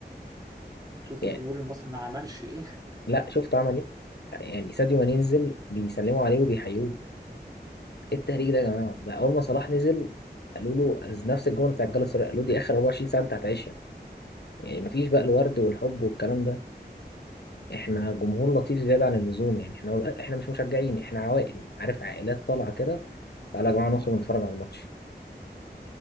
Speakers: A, on the right; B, on the left.
A: شفت
B: يعني
A: الجمهور المصري ما عملش إيه
B: لا شفت عمل إيه؟ يعني ساديو ماني ينزل بيسلموا عليه وبيحيوه ايه التهريج ده يا جماعه ده اول ما صلاح نزل قالوا له نفس الجمله بتاع الجلاله السراي قالوا دي اخر 24 ساعه انت هتعيشها يعني مفيش بقى الورد والحب والكلام ده احنا جمهور لطيف زياده عن اللزوم يعني احنا احنا مش مشجعين احنا عوائل عارف عائلات طالعه كده تعالى يا جماعه نخرج نتفرج على الماتش